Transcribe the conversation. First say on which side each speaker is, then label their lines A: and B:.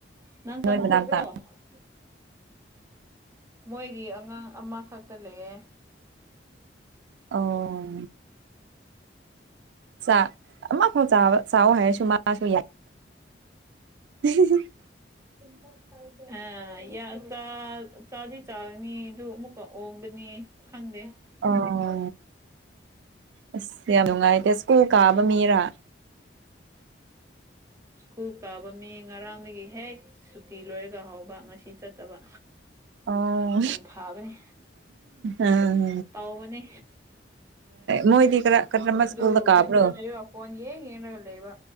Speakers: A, on the right; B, on the right.
A: ꯅꯪ ꯇꯥꯡꯈꯨꯜꯔꯣ
B: ꯅꯣꯏ ꯃꯅꯥꯛꯇ <inaudible>
A: ꯃꯣꯏꯒꯤ ꯑꯉꯥꯡ ꯑꯃꯈꯛꯇ ꯂꯩꯌꯦ
B: ꯑꯣ ꯥꯆꯥꯛ ꯑꯃꯈꯛ ꯆꯥꯕ ꯆꯥꯑꯣ ꯍꯥꯏꯔꯁꯨ ꯃꯥꯁꯨ <unintelligible>
A: <inaudible> ꯑ ꯌꯥ ꯆꯥꯛ ꯆꯥꯗꯤ ꯆꯥꯒꯅꯤ ꯗꯨꯒ ꯑꯃꯨꯛꯀ ꯑꯣꯡꯒꯅꯤ ꯈꯪꯗꯦ
B: ꯑꯣ ꯑꯁ ꯌꯥꯝ ꯅꯨꯡꯉꯥꯏꯗꯦ ꯁ꯭ꯀꯨꯜ ꯀꯥꯕ ꯃꯤꯔꯥ
A: ꯁ꯭ꯀꯨꯜ ꯀꯥꯕ ꯃꯤ ꯉꯔꯥꯡꯗꯒꯤ ꯍꯦꯛ ꯁꯨꯇꯤ ꯂꯣꯏꯔꯒ ꯍꯥꯎꯕ ꯉꯁꯤ ꯆꯠꯇꯕ
B: ꯑꯣ
A: ꯌꯥꯝ ꯐꯥꯕꯅꯦ
B: ꯎꯝ
A: ꯇꯥꯎꯕꯅꯦ
B: ꯃꯣꯏꯗꯤ ꯀꯔ ꯀꯔꯝꯕ
A: ꯑꯗꯨ
B: ꯁ꯭ꯀꯨꯜꯗ ꯀꯥꯕ꯭ꯔꯣ
A: ꯂꯩꯔꯣ ꯐꯣꯟ ꯌꯦꯡ ꯌꯦꯡꯔꯒ ꯂꯩꯕ